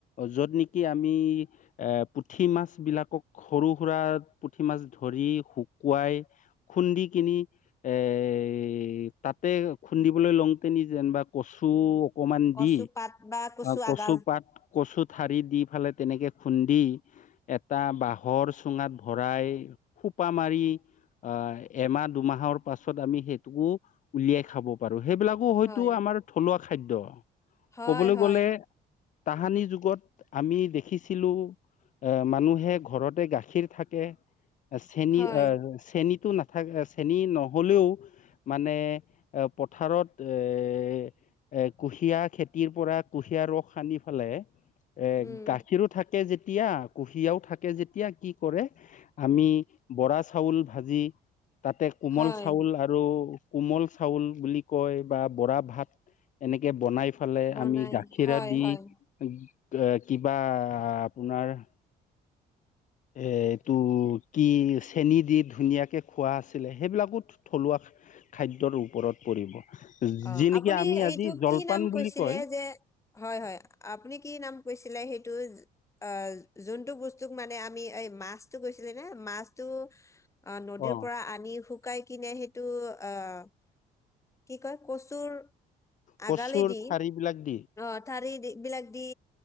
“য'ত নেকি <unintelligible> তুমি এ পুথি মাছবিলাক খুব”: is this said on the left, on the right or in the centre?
Left